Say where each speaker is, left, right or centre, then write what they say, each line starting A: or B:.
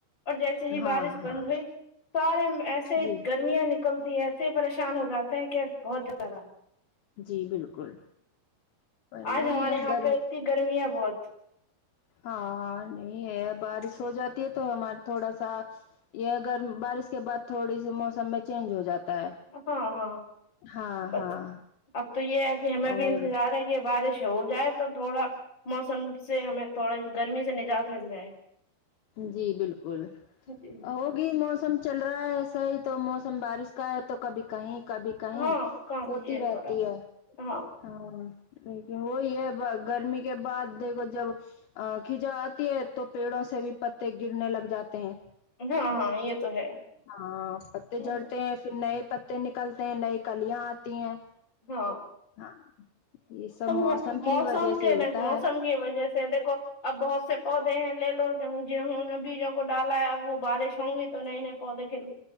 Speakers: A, on the left; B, on the left.
A: اور جیسے ہی
B: ہاں
A: بارش بند
B: ہاں
A: ہوئی سارے ایسے
B: جی
A: گرمیاں نکلتی ہیں پھر پریشان ہو جاتے ہیں کیی بہت زیادہ
B: جی بالکل پر یہی
A: آج ہمارے
B: ہے
A: یہاں
B: گرم
A: پہ اتنی گرم ہے بہت
B: ہاں ہاں نہیں ہے بارش ہو جاتی ہے تو تو ہمارے تھوڑا سا یہگر بارش کے بعد تھوڑی سی موسم میں چینج ہو جاتا ہے
A: ہاں ہاں
B: ہاں
A: بس
B: ہاں
A: اب تو یہ ہے کہ ہمیں
B: اور
A: بھی انتظار ہے کے بارش ہو جائے تو تھوڑا موسم سے ہمیں تھوڑا گرمی سے نجات مل جائے
B: جی بالکل
A: جی
B: ہوگی موسم چل رہا ہے ایسا ہی تو موسم بارش کا ہے تو کبھی کہیں کبھی کہیں
A: ہاں کہاں
B: ہوتی
A: بھی یہ
B: رہتی
A: ہو رہا
B: ہے
A: ہاں
B: ہاں لیکن وہی ہے گرمی کے بعد دیکھو جب ا خزاں آتی ہے تو پیڑوں سے بھی پتے گرنے لگ جاتے ہیں
A: ہاں ہاں یہ تو ہے
B: ہاں پتے
A: ہ
B: جڑتے ہیں پھر نئے پتے نکلتے ہیں نئی کلیاں آتی ہیں
A: ہاں
B: ہاں یہ سب موسم
A: ہے،
B: کی وجہ
A: کے
B: سے ہوتا
A: نا موسم
B: ہے
A: کی وجہ سے دیکھو اب بہت سے پودے ہیں لے لو جنہوں نے بیجوں کو ڈالا ہے اب وہ بارش ہوں گی تو نئے نئے پودے ک